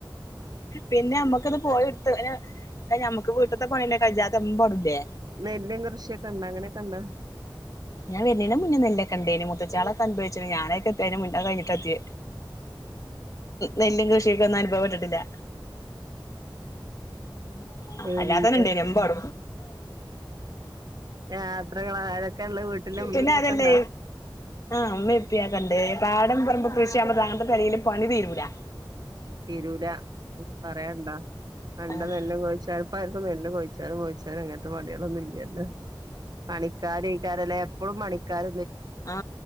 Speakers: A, on the left; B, on the right.
A: പിന്നെ അമ്മക്കത് പോയി ത് ന ഞമ്മക്ക് വീട്ടത്തെ പണിന്നെ കഴിഞ്ഞാത്ത പടില്ലേ
B: നെല്ലും കൃഷിയൊക്കെ ഉണ്ടോ അങ്ങനെയൊക്കെ ഉണ്ടോ
A: ഞാൻ വരുന്നെന്നു മുന്നേ നിന്നെ കണ്ടേനി മുത്തച്ചാളൊക്കെ അനഭവിച്ചി ഞാനൊക്കെത്തിതിന് മുന്നേ കഴിഞ്ഞട്ടെത്തി നെല്ലും കൃഷിയൊക്കെ ഒന്നും അനുഭവപ്പെട്ടിട്ടില്ല ഉം <unintelligible> ആ
B: പിന്നെ
A: അല്ലാതന്നെ ഇണ്ടേ എമ്പട
B: യാത്രകൾ ആരൊക്കെ ഇള്ളെ വീട്ടില് ഇമ്മീം
A: പിന്നെ
B: ഇപ്പൊക്കെ
A: അതല്ലേ
B: ഇണ്ടോ
A: ആമെപ്പിയക്കണ്ട് പ ഇടം പറമ്പൊക്കെ കൃഷിയകുമ്പോ അനത്തെ കലയിയില് പണി തീരൂല്ല
B: തിരൂല പറയണ്ടോ പണ്ട
A: ആഹ്
B: നെല്ല് ചോദിച്ചാല് അപ്പായിർക്കും നെല്ല് കോഴിച്ചാലും കോഴിച്ചാലും അങ്ങനത്തെ പണികളൊന്നുമല്ലല്ലോ പണിക്കാരിക്കാരല്ലേ എപ്പോഴും പണിക്കാര
A: ആ